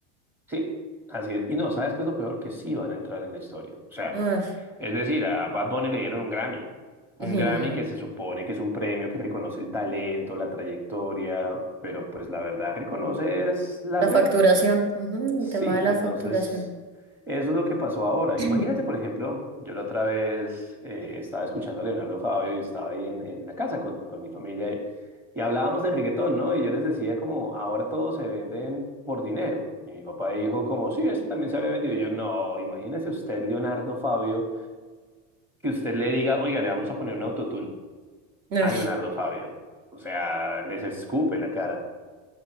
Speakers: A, in the centre; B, on the right.
A: Sí, así es. Y no, ¿sabes qué es lo peor? Que sí van a entrar en la historia. O sea,
B: Ay,
A: Es decir, a Bad Bunny le dieron un Grammy. Un
B: ay,
A: Grammy
B: no.
A: que se supone que es un premio que reconoce el talento, la trayectoria, pero pues la verdad reconoce es las
B: La facturación,
A: ventas.
B: ujú,
A: Sí,
B: el tema de la
A: entonces
B: facturación.
A: eso es lo que pasó ahora.
B: <clears throat>
A: Imagínate, por ejemplo, yo la otra vez eh, estaba escuchando a Leonardo Fabio y estaba ahí en, en la casa con, con mi familia y, y hablábamos de reggaetón, ¿no? Y yo les decía como, ahora todos se venden por dinero. Y mi papá dijo como, sí, este también se habría vendido. Y yo, no, imagínese usted, Leonardo Fabio que usted le diga, oiga, le vamos a poner un autotune
B: Ay,
A: a Leonardo Fabio. O sea, les escupe la cara.